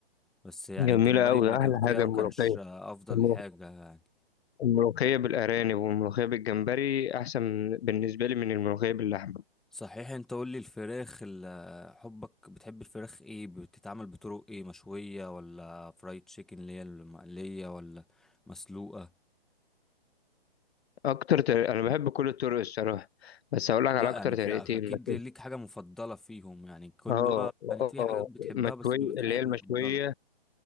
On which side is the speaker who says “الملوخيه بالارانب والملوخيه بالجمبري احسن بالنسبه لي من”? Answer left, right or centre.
Left